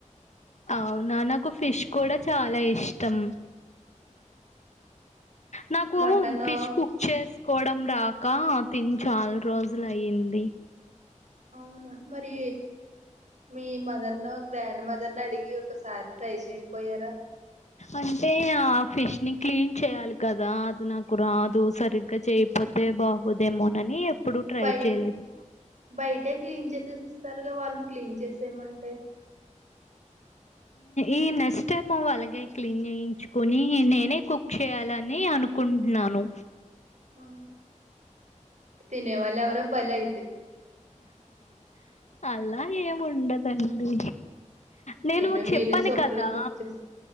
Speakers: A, on the left; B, on the right.
A: అవునా నాకు ఫిష్ కూడా చాలా ఇష్టం నాకు
B: మటను
A: ఫిష్ కుక్ చేసుకోవడం రాక తిని చాలా రోజులు అయ్యంది
B: అవునా మరి మీ మదర్ ను గ్రాండ్ మదర్ ను అడిగి ఒకసారి ట్రై చెయపోయారా
A: అంటే ఆ ఫిష్ ని క్లీన్ చేయాలి కదా అది నాకు రాదు సరిగ్గా చేయపోతే బాగోదేమోనని ఎప్పుడుూ ట్రై
B: బయట
A: చేయలేదు
B: బయటే క్లీన్ చేసేసి ఇస్తారుగా వాళ్ళని క్లీన్ చేసేమంటే
A: ఈ నెక్స్ట్ టైమ్ అలాగే క్లీన్ చేయించుకుని నేనే కుక్ చేయాలని అనుకుంటున్నాను
B: ఆ తినేవాళ్ళేవరో బలై
A: అలా ఏముండదండి నేను
B: అయినా
A: చెప్పాను
B: మీరే సూపర్
A: కదా
B: గా కుక్ చేస్